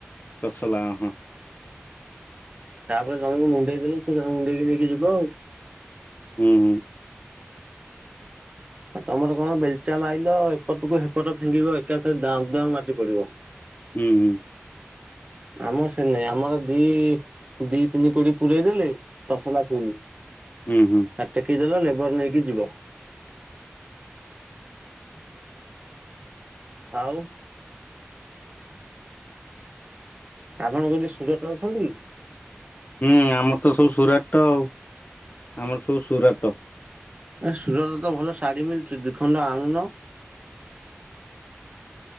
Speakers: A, on the left; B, on the right.
A: ତସଲା ହଁ।
B: ତାପରେ ଜଣଙ୍କୁ ମୁଣ୍ଡେଇ ଦେଲେ ସେ ମୁଣ୍ଡେଇକି ନେଇକି ଯିବ ଆଉ।
A: ହୁଁ ହୁଁ।
B: ଆଉ ତମର କଣ ବେଲଚା ମାଇଲ ଏପଟକୁ ହେପଟ ଫିଙ୍ଗିବ ଏକାସ ଦ ଦାମ ମାଟି ପଡିବ।
A: ହୁଁ ହୁଁ।
B: ଆମର ସେ ନାଇଁ ଆମର ଦି। ଦି ତିନି କୋଡି ପୁରାଇ ଦେଲେ ତସଲା ଫୁଲ୍।
A: ହୁଁ ହୁଁ ହୁଁ
B: ଆ ଟେକେଇଦଲା ଲେବର ନେଇକି ଯିବ। ଆଉ ଆପଣ ଯୋଉଠି ସୁରଟ ରେ ଅଛନ୍ତି କି?
A: ହୁଁ ଆମର ତ ସବୁ ସୁରାଟ ଆଉ ଆମର ସବୁ ସୁରାଟ
B: ଏ ସୁରଟ ତ ଭଲ ଶାଢ଼ୀ ମିଳୁଛି ଦୁଇ ଖଣ୍ଡ ଆଣୁନ।